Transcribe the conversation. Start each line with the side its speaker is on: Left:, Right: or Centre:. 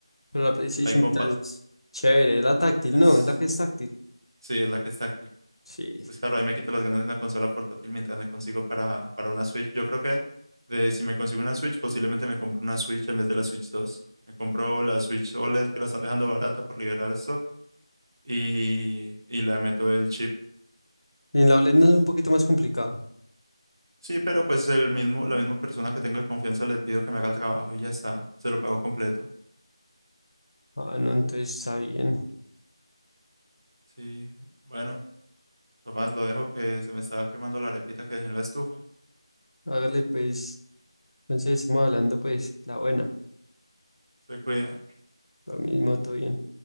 Left: pero la PlayStation
Right: Ahí como
Left: Vita
Right: pa-
Left: es chévere, es la táctil,
Right: es-
Left: no, es la que es táctil.
Right: sí, es la que es táctil.
Left: Sí.
Right: Pues claro, ahí me quito las ganas de una consola portátil mientras me consigo para, para una Switch. Yo creo que de, si me consigo una Switch, posiblemente me compro una Switch en vez de la Switch 2. Me compro la Switch OLED que la están dejando barata por liberar stock y, y le meto el chip.
Left: Y en la OLED no es un poquito más complicado.
Right: Sí, pero pues el mismo, la misma persona que tengo de confianza le pido que me haga el trabajo y ya está, se lo pago completo.
Left: Ah, no, entonces está bien.
Right: Sí, bueno, Tomás, lo dejo que se me estaba quemando la arepita que dejé en la estufa.
Left: Hágale pues, entonces estamos hablando pues la buena,
Right: Se cuida.
Left: lo mismo, todo bien.